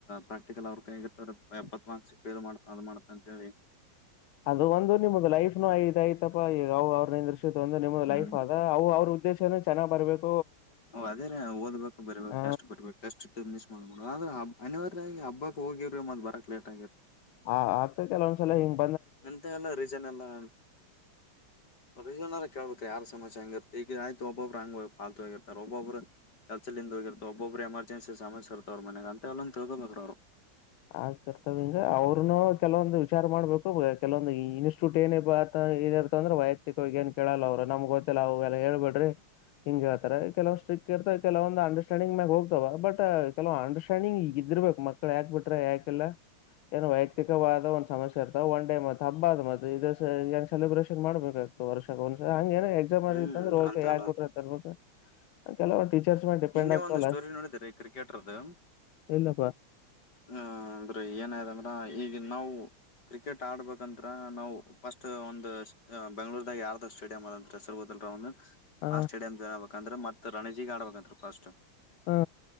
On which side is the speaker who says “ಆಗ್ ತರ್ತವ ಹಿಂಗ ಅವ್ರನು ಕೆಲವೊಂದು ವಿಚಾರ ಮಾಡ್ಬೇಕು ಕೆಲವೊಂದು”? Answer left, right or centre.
Left